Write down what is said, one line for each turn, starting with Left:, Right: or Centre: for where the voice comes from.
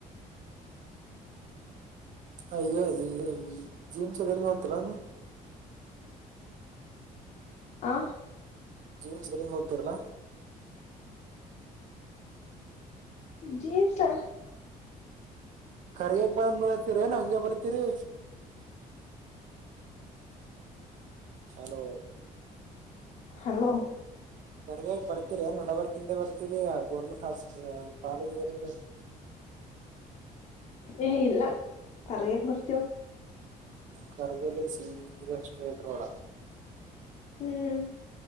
Right: ಅಯ <unintelligible> ಹೋಗತಲ್ಲಾನ
Left: ಆ
Right: ಜೀನ್ಸ್ ಗರಿನ್ ಹೋಗ್ತೀರಲಾ
Left: ಜೀನ್ಸಾ
Right: ಕರಿಯಕ್ ಬಂದ್ ಬರ್ತೀರಿ ಏನ ಹಂಗೆ ಬರ್ತೀರಿ ಹಲೋ
Left: ಹಲೋ
Right: ಕರಗ್ಯಾಗ ಬರ್ತೀರಿ ನಡಬರ್ಕಿಂದೆ ಬರ್ತೀರಿ ಗೌರ್ಮೆಂಟ್ ಹಾಸ್ಪ ಕಾಲೇಜ್ ಇದರಿಂದ
Left: ಏ ಇಲ್ಲ ಕರಿಗ್ಯಗ ಬರತ್ತೆವ
Right: ಕರಿಗ್ಯಲಿಂದ ಸೀದ ಸ್ಟ್ರೇಟ್ ರೋಡಾ
Left: ಹ್ಮ್